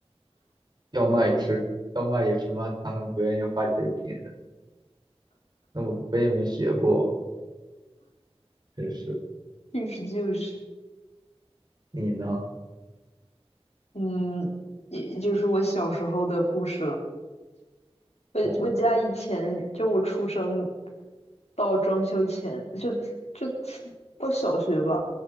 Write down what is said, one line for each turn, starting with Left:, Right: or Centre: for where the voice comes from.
Right: 要骂也是要骂也是骂他们不愿意花钱请人。那我我也没学过，真是。
Left: <laughs> 就是就是，
Right: 你呢？
Left: 嗯，也就是我小时候的故事了。我我家以前就我出生
Right: 哦，
Left: 到装修前，就就到小学吧，